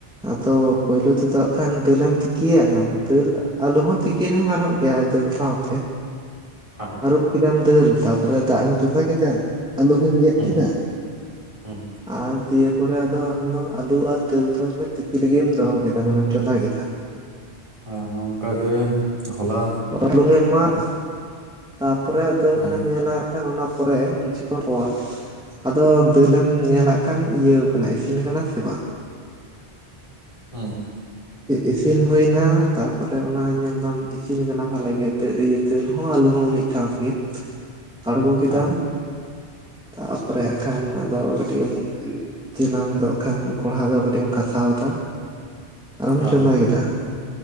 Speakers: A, in the centre; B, on the right.
A: ᱟᱫᱚ ᱯᱩᱭᱞᱳ ᱛᱮᱫᱚ ᱠᱷᱟᱱ ᱫᱟᱹᱞᱮᱢ ᱛᱤᱠᱤᱭᱟ ᱫᱟᱹᱞ ᱟᱞᱩ ᱦᱚᱸ ᱛᱤᱠᱤ ᱨᱮᱦᱚᱸ ᱜᱟᱱᱚᱜ ᱜᱮᱭᱟ ᱫᱟᱹᱞ ᱥᱟᱶᱛᱮ᱾
B: ᱦᱮᱸ
A: ᱟᱹᱨᱩᱵ ᱠᱮᱫᱟᱢ ᱫᱟᱹᱞ ᱛᱟᱨᱯᱚᱨᱮ ᱫᱟᱜ ᱮᱢ ᱪᱚᱸᱫᱟ ᱠᱮᱫᱟ ᱟᱞᱩ ᱦᱚᱸᱢ ᱜᱮᱫ
B: ᱦᱩᱸ
A: ᱠᱮᱫᱟ᱾
B: ᱦᱩᱸ
A: ᱟᱨ ᱫᱤᱭᱮ ᱯᱚᱨᱮ ᱟᱫᱚ ᱟᱢᱫᱚ ᱟᱞᱩ ᱟᱨ ᱫᱟᱹᱞ ᱫᱚ ᱛᱤᱠᱤ ᱞᱟᱜᱤᱫ ᱮᱢ ᱫᱚᱦᱚ ᱠᱮᱫᱟ ᱦᱩᱱᱟᱹᱝ ᱪᱚᱸᱫᱟ ᱠᱮᱫᱟ᱾
B: ᱦᱮᱸ ᱚᱱᱠᱟ ᱜᱮ ᱦᱚᱞᱟ᱾
A: ᱵᱩᱞᱩᱝ ᱮᱢ ᱮᱢᱟ ᱟᱫ-ᱟ ᱛᱟᱯᱚᱨᱮ ᱟᱫᱚ
B: ᱦᱩᱸ
A: ᱚᱱᱮᱢ ᱧᱮᱞᱟ᱾ ᱠᱷᱟᱱ ᱚᱱᱟ ᱯᱚᱨᱮ ᱠᱤᱪᱷᱩ ᱠᱷᱚᱱ ᱯᱚᱨ ᱟᱫᱚ ᱫᱟᱹᱞ ᱮᱢ ᱧᱮᱞᱟᱜ ᱠᱷᱟᱱ ᱤᱭᱟᱹ ᱠᱟᱱᱟ ᱤᱥᱤᱱ ᱟᱠᱟᱱᱟ ᱥᱮ ᱵᱟᱝ
B: ᱦᱮᱸ
A: ᱤᱥᱤᱱ ᱦᱩᱭᱱᱟ ᱛᱟᱯᱚᱨᱮ ᱚᱱᱟ ᱧᱮᱞᱫᱟᱢ ᱤᱥᱤᱱ ᱟᱠᱟᱱᱟ ᱵᱷᱟᱞᱮ ᱜᱮ ᱤᱭᱟᱹ ᱫᱟᱹᱞ ᱦᱚᱸ ᱟᱹᱞᱩ ᱦᱚᱸ ᱢᱤᱫ ᱥᱟᱶ ᱛᱮᱜᱮ ᱟᱬᱜᱚ ᱠᱮᱫᱟᱢ
B: ᱦᱮᱸ
A: ᱛᱟᱯᱚᱨᱮ ᱮᱠᱷᱟᱱ ᱚᱱᱟ ᱫᱚ ᱠᱟᱹᱴᱤᱡ <unintelligible> ᱪᱮᱞᱟᱝ ᱫᱚᱜ ᱠᱷᱟᱱ ᱠᱚᱲᱦᱟ ᱫᱚ ᱠᱟᱹᱴᱤᱡ ᱮᱢ ᱜᱷᱟᱥᱟᱣ ᱫᱟ᱾ ᱟᱨᱚᱢ
B: ᱦᱮᱸ
A: ᱪᱚᱸᱫᱟ ᱠᱮᱫᱟ